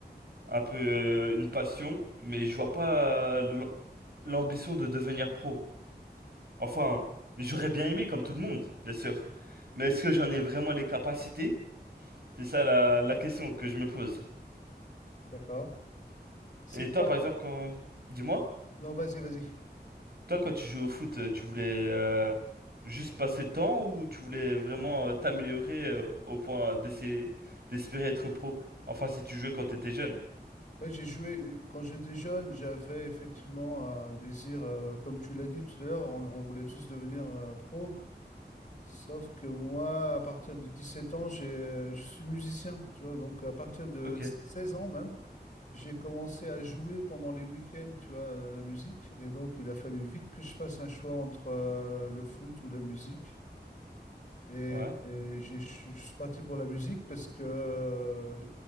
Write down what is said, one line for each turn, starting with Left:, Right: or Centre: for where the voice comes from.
Right: un peu euh, une passion, mais je vois pas euh, l'am- l'ambition de devenir pro. Enfin, j'aurais bien aimé, comme tout le monde, bien sûr. Mais est-ce que j'en ai vraiment les capacités? C'est ça la, la question que je me pose.
Left: D'accord. C'est
Right: Et toi,
Left: quoi?
Right: par exemple, quand... Dis-moi,
Left: Non, vas-y, vas-y.
Right: toi, quand tu jouais au foot, euh, tu voulais euh, juste passer le temps ou tu voulais vraiment euh, t'améliorer euh, au point d'essayer d'espérer être pro? Enfin, si tu jouais quand t'étais jeune.
Left: Ouais, j'ai joué, euh, quand j'étais jeune, j'avais effectivement un désir, euh, comme tu l'as dit tout à l'heure, on, on voulait tous devenir euh, pro. Sauf que moi, à partir de 17 ans, j'ai, euh, je suis musicien, tu vois. Donc, à partir de
Right: Ok.
Left: 16 ans même, j'ai commencé à jouer pendant les week-ends, tu vois, à la musique. Et donc, il a fallu vite que je fasse un choix entre euh, le foot ou la musique. Et,
Right: Ouais.
Left: et j'ai- je je suis parti pour la musique parce que euh,